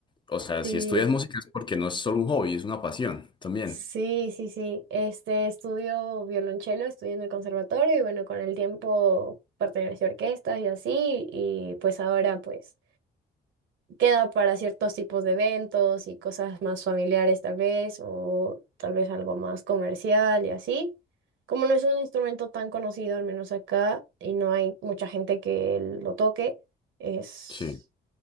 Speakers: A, on the left (about 25°); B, on the right (about 75°).
A: O sea,
B: Sí,
A: si estudias música es porque no es solo un hobby, es una pasión también.
B: sí, sí, sí. Este estudio violonchelo, estudié en el conservatorio y bueno, con el tiempo pertenecí a orquestas y así. Y pues ahora, pues. queda para ciertos tipos de eventos y cosas más familiares tal vez, o tal vez algo más comercial y así. Como no es un instrumento tan conocido, al menos acá, y no hay mucha gente que lo toque, es,
A: Sí.